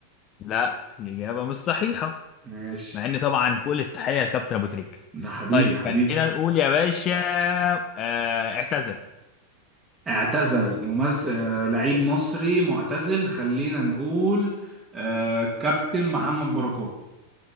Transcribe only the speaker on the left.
لا الإجابة مش صحيحة
مع إن طبعا كل التحية لكابتن أبو تريكة
طيب
خلينا نقول يا باشا آه اعتزل